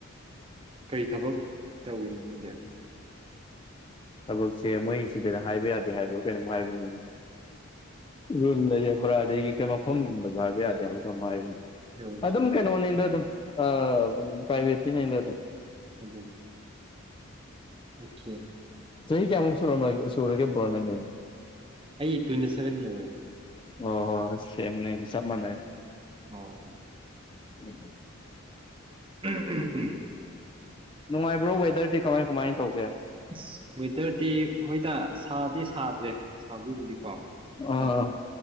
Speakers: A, on the right; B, on the left.
A: ꯀꯔꯤ ꯊꯕꯛ ꯇꯧꯔꯤꯤꯅꯣ ꯅꯪꯒꯤ
B: ꯊꯕꯛꯁꯦ ꯃꯣꯏ ꯁꯤꯗꯅ ꯍꯥꯏꯕ ꯌꯥꯗꯦ ꯍꯥꯏꯕꯣ ꯀꯩꯅꯣꯝ ꯍꯥꯏꯕꯅꯤ ꯎꯝꯨ ꯂꯩꯔꯕ꯭ꯔꯥ ꯑꯗꯒꯤ ꯀ ꯃꯐꯝ ꯌꯕ ꯍꯥꯏꯕ ꯌꯥꯗꯦꯕ ꯀꯣꯕꯅꯤ
A: ꯑꯣꯀꯦ
B: ꯑꯗꯨꯝ ꯀꯩꯅꯣꯅꯤꯗ ꯑꯗꯨꯝ ꯑ ꯄꯥꯏꯕꯇꯤ ꯅ ꯂꯩ ꯇꯣ
A: ꯑ ꯑꯣꯀꯦ
B: ꯆꯍꯤ ꯀꯦꯃꯣ ꯁꯨꯔ ꯑꯃ ꯁꯨꯔꯒꯦ ꯅꯥꯒꯅꯤ
A: ꯑꯩ ꯇ꯭ꯋꯦꯟꯇꯤ ꯁꯚꯦꯟ ꯌꯧꯔꯦ
B: ꯑꯣ ꯍꯣꯏ ꯁꯦꯝꯅꯦ ꯆ ꯃꯅꯦ
A: ꯑꯣ
B: ꯎꯝ ꯎꯝ
A: ꯎꯝ ꯎꯝ ꯎꯝ
B: ꯅꯨꯡꯉꯥꯏꯕ꯭ꯔꯣ ꯋꯦꯗꯔꯗꯤ ꯀꯃꯥꯏ ꯀꯃꯥꯏꯅ ꯇꯧꯒꯦ
A: ꯑꯁ ꯋꯦꯗꯔꯗꯤ ꯍꯣꯏꯗ ꯁꯥꯗꯤ ꯁꯥꯗ꯭ꯔꯦ ꯁꯥꯕꯨꯗꯤ ꯀ
B: ꯑꯥ
A: ꯑꯗꯨꯝ